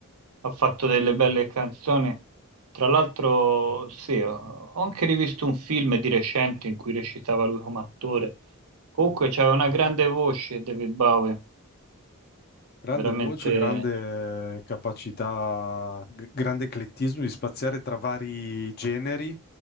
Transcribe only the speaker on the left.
Ah,
Grande
voce, grande capacità, g- grande eclettismo di spaziare tra vari generi,